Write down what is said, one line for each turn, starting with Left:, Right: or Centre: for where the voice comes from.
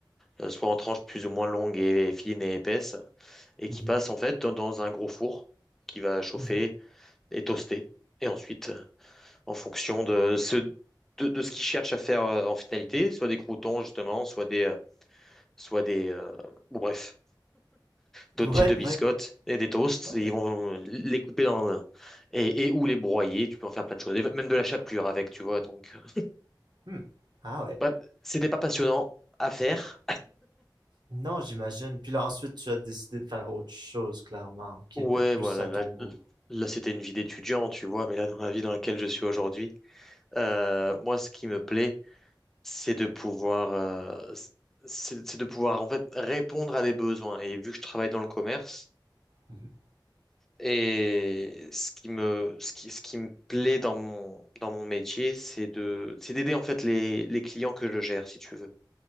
Centre: euh, soit en tranches plus ou moins longues et fines et épaisses, et
Right: Mhm,
Centre: qui passe en fait dans dans un gros four qui va chauffer
Right: mhm.
Centre: et toaster. Et ensuite, euh, en fonction de ce, de, de ce qu'ils cherchent à faire euh, en finalité, soit des croutons justement, soit des, euh, soit des, euh, ou bref, d'autres
Right: Ouais,
Centre: types de biscottes
Right: ouais.
Centre: et des toasts,
Right: Ok,
Centre: et ils vont euh, les couper dans, et, et ou les broyer. Tu peux en faire plein de choses, et même de la chapelure avec, tu vois, donc. euh,
Right: Hmm. Ah ouais.
Centre: Ouais, c'était pas passionnant à faire.
Right: Non, j'imagine. Puis là, ensuite, tu as décidé de faire autre chose, clairement, qui
Centre: Ouais,
Right: était plus
Centre: voilà,
Right: à ton
Centre: là,
Right: goût.
Centre: là, c'était une vie d'étudiant, tu vois, mais là, dans la vie dans laquelle je suis aujourd'hui, euh, moi, ce qui me plaît, c'est de pouvoir, euh, c'est c'est de pouvoir, en fait, répondre à des besoins. Et vu que je travaille dans le commerce,
Right: Mhm.
Centre: et ce qui me, ce qui, ce qui me plaît dans mon, dans mon métier, c'est de, c'est d'aider, en fait, les, les clients que je gère, si tu veux.